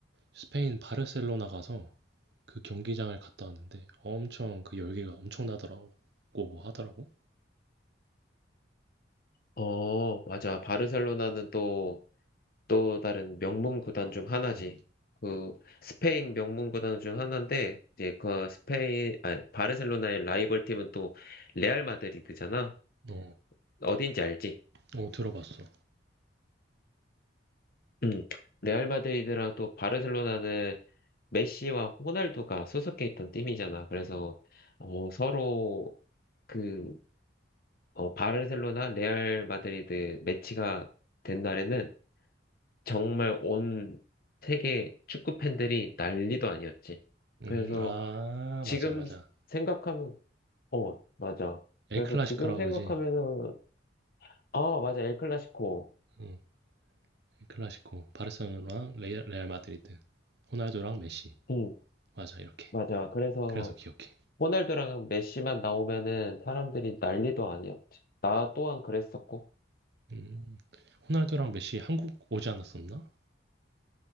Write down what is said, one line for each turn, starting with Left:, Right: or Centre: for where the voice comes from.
Right: 스페인 바르셀로나 가서 그 경기장을 갔다 왔는데 엄청 그 열기가 엄청나더라고 하더라고.
Left: 어, 맞아. 바르셀로나는 또 또 다른 명문 구단 중 하나지.
Right: 응.
Left: 그 스페인 명문 구단 중 하나인데 이제 그 스페인 아 바르셀로나의 라이벌 팀은 또 레알 마드리드잖아.
Right: 어,
Left: 어딘지 알지?
Right: 어 들어봤어.
Left: 음. 레알 마드리드랑 또 바르셀로나는 메시와 호날두가 소속해 있던 팀이잖아. 그래서 어 서로 그 어, 바르셀로나 레알 마드리드 매치가 된 날에는 정말 온 세계 축구 팬들이 난리도 아니었지.
Right: 음,
Left: 그래서
Right: 아
Left: 지금
Right: 맞아 맞아.
Left: 생각하면, 어, 맞아.
Right: 엘클라시코라
Left: 그래서 지금 생각하면은,
Right: 그러지.
Left: 어, 맞아. 엘 클라시코.
Right: 응. 엘클라시코 바르셀로나랑 레알, 레알 마드리드. 호날두랑 메시.
Left: 응,
Right: 맞아 이렇게.
Left: 맞아. 그래서
Right: 그래서 기억해.
Left: 호날두랑 메시만 나오면은 사람들이 난리도 아니었지.
Right: 맞아.
Left: 나 또한 그랬었고.
Right: 음. 호날두랑 메시 한국 오지 않았었나?